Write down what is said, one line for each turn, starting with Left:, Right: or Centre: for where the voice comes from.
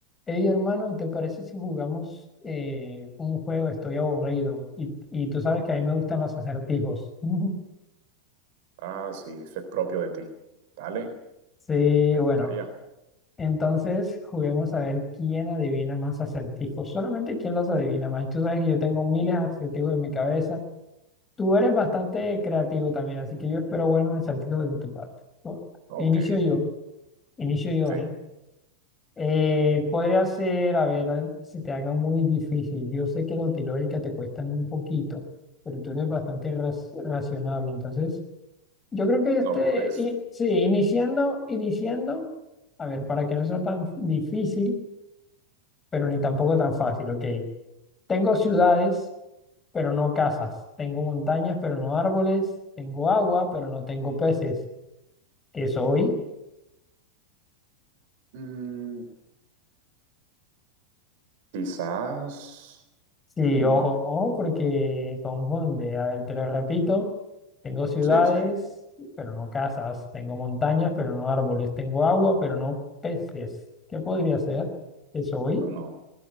Left: Hey, hermano, ¿te parece si jugamos eh, un juego? Estoy aburrido y, y tú sabes que a mí me gustan los acertijos. <laughs>
Right: Ah, sí, eso es propio de ti. Dale,
Left: Sí,
Right: me
Left: bueno,
Right: gustaría.
Left: entonces juguemos a ver quién adivina más acertijos. Solamente quién los adivina más. Y tú sabes que yo tengo miles de acertijos en mi cabeza. Tú eres bastante creativo también, así que yo espero buenos acertijos de tu parte. Bu-
Right: Ok,
Left: Inicio yo, inicio yo,
Right: sí,
Left: ¿eh? Eh, podría ser, a ver, algo que se te haga muy difícil. Yo sé que los de lógica te cuestan un poquito, pero tú eres bastante ras- racional. Entonces, yo creo que este,
Right: no dudes.
Left: i- sí, iniciando, iniciando, a ver, para que no sea tan difícil, pero ni tampoco tan fácil, ok. Tengo ciudades, pero no casas. Tengo montañas, pero no árboles. Tengo agua, pero no tengo peces. ¿Qué soy?
Right: Mm, quizás.
Left: Sí,
Right: mm,
Left: ojo, ojo, porque confunde. A ver, te lo repito. Tengo ciudades,
Right: sí, sí.
Left: pero no casas. Tengo montañas, pero no árboles. Tengo agua, pero no peces. ¿Qué podría ser? ¿Qué soy?
Right: Bueno,